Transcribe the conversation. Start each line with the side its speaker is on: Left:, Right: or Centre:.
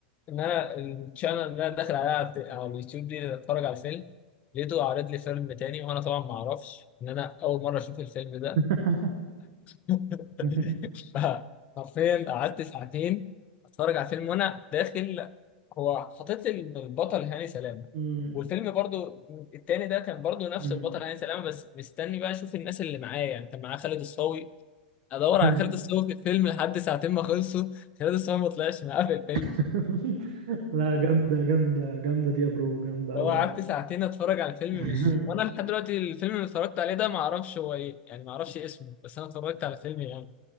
Left: ان انا الشانل اللي انا داخل عليها على الت- على اليوتيوب دي اللي اتفرج على الفيلم لقيته عارض لي فيلم تاني وانا طبعا ما اعرفش ان انا اول مره اشوف الفيلم ده
Right: <laughs>
Left: <laughs>
Right: <laughs>
Left: فحرفيا قعدت ساعتين اتفرج على الفيلم وانا داخل هو حاطط لي إن البطل هاني سلامه
Right: مم.
Left: والفيلم برضو التاني ده كان برضو نفس
Right: مم.
Left: البطل هاني سلامه بس مستني بقى اشوف الناس اللي معايا يعني كان معاه خالد الصاوي ادور
Right: <laughs>
Left: على خالد الصاوي في الفيلم لحد ساعتين ما خلصوا خالد الصاوي ما طلعش معاه في الفيلم
Right: <laughs> لا جامدة جامدة جامدة دي يا برو جامدة
Left: فهو
Right: أوي
Left: قعدت
Right: يعني
Left: ساعتين اتفرج على الفيلم
Right: <laughs>
Left: مش وانا لحد دلوقتي الفيلم اللي اتفرجت عليه ده ما اعرفش هو ايه يعني ما اعرفش اسمه بس انا اتفرجت على الفيلم يعني